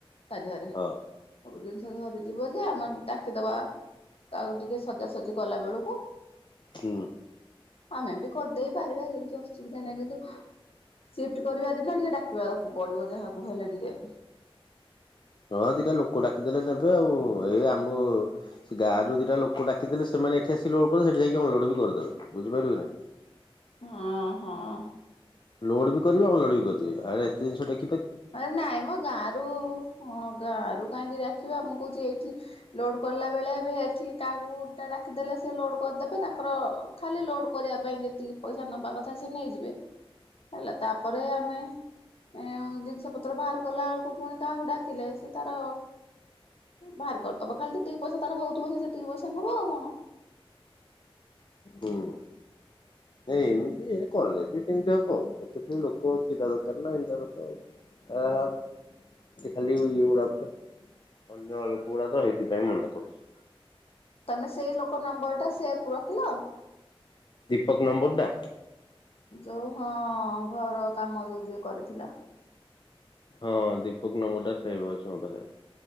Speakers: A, on the left; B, on the left.
A: ତା ଧିଅରେ ସବୁ
B: ହଁ
A: ଜିନ୍ ଧ ଧରିଯିବ ଯେ ଆମେ ଡାକିଦବା କାହାକୁ ଟିକେ ସଜାସଜି କଲା ବେଳୁକୁ।
B: ହୁଁ।
A: ଆମେ ବି କରିଦେଇ ପାରିବା ଯେ କିଛି ଅସୁବିଧା ନାହିଁ କିନ୍ତୁ ସିଫ୍ଟ କରିବା ଦିନ ଟିକେ ଡାକିବାକୁ ପଡ଼ିବ ଯାହାକୁ ହେଲେ ଟିକେ।
B: ହଁ ଦିଟା ଲୋକ ଡାକିଦେଲେ ନେବେ ଆଉ ଏଇ ଆମ ସେ ଗାଁରୁ ଦିଟା ଲୋକ ଡାକିଦେଲେ ସେ ମାନେ ଏଠି ଆସି ଲୋଡ଼ କରି ସେଠି ଯାଇକି ଅନଲୋଡ଼ ବି କରିଦେବେ। ବୁଝିପାଇଲୁକି ନାଇଁ?
A: ହଁ ହଁ।
B: ଲୋଡ଼ ବି କରିବେ ଅନଲୋଡ଼ ବି କରିବେ ଆରା ଏତେ ଜିନିଷ ଟେ
A: ଆରେ ନାଇଁମ ଗାଁରୁ ହଁ ଗାଁରୁ କାହିଁକି ଡାକିବା ମୁଁ କୋହୁଚି ଏଇଠି ଲୋଡ଼୍ କରଲା ବେଳେ ଏବେ ଏଠି କାହାକୁ ତା ଡାକିଦେଲେ ସିଏ ଲୋଡ଼ କରିଦେବେ ତାଙ୍କର ଓ ଖାଲି ଲୋଡ଼ କରିବା ପାଇଁ ଯେତିକି ପଇସା ନବା କଥା ସେ ନେଇଯିବେ। ହେଲା ତାପରେ ଆମେ ଏଁ ଉଁ ଜି ଷ ପତ୍ର ଭାର କଲା ଅଳୁକୁ ପୁଣି କାହାକୁ ଡାକିଲେ ସେ ତାର ଭାର କରିଦବ ଖାଲି ଯେତିକି ପଇସା ତାର ହଉଥିବ ସେ ସେତିକି ପଇସା ନବ ଆଉ କଣ।
B: ହୁଁ। ନାଇଁ ଏମିତି ହେ କଲେ ବି ସେମିତି ହବ ଏଠି ପୁଣି ଲୋକ ଥିବା ଦରକାର ନାଁ ହେମତିଆ ଲୋକ ଆଉ। ଆହା ଟେ ଖାଲି ଇଏ ଗୁଡ଼ାକ ତ ଅନ୍ୟ ଲୋକ ଉଡ଼ା ତ ହେଇଥିପାଇଁ ମନା କରୁଚି।
A: ନାଁ ସେଇ ଲୋକ ନମ୍ବର୍ ଟା ସେପ୍ ରଖିଲ?
B: ଦୀପକ ନମ୍ବରଟା
A: ଯୋଉ ହଁ ଘର କାମ ଯୋଉ ଯିଏ କରିଥିଲା
B: ହଁ ଦୀପକ ନମ୍ୱରଟା ସେଭ ଅଛି ମୋ ପାଖରେ